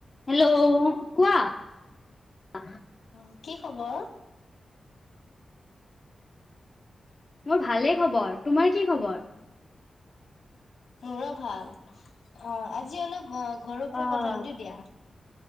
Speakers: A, on the left; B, on the left.
A: Hello কোৱা। আহ
B: অ কি খবৰ।
A: মোৰ ভালে খবৰ তোমাৰ কি খবৰ।
B: মোৰো ভাল অ' আজি অলপ অ'। ঘৰৰ পৰাও
A: অ',
B: কথা পাতি দিয়া।